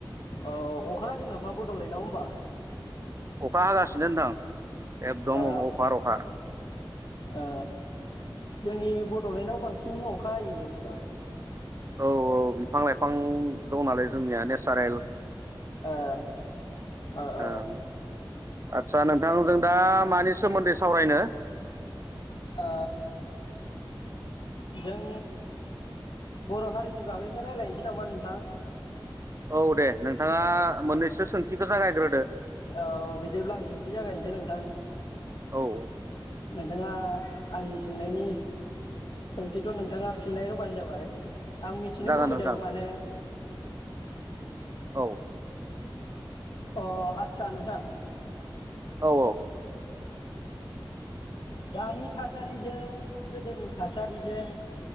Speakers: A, on the left; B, on the right.
A: औ अखा हादों नामा बड'लेण्डआव होमबा?
B: अखा हागासिनो नोंथां। एकदम
A: ओ
B: अफार अखा।
A: ओ जोंनि बड'लेण्डआव बांसिन सिन अखा हायो होमबा?
B: औ औ बिफां लाइफां दं नालाय। जोंनिया नेचारेल।
A: ओ ओ ओ
B: ओं आचसा नोंथां जों दा मानि सोमोन्दै सावरायनो?
A: ओ जों बर' हारिनि बागैनो रायलायनोसै नामा नोंथां?
B: औ दे नोंथांङा मोन्नैसो सोंथिखौ जागायग्रोदो।
A: औ बिदिब्ला आं सोंथि जागायनोसै नोंथां।
B: औ।
A: नोंथाङा आंनि सोंनायनि सोंथिखौ नोंथांङा फिननाय होबानो जाबाय। आं मिथिनो
B: जागोन
A: लुबैदों
B: नोंथां
A: माने
B: औ
A: ओ अ आदसा नोंथां
B: औ औ।
A: दानि थासारिजों गोदोनि थासारिजों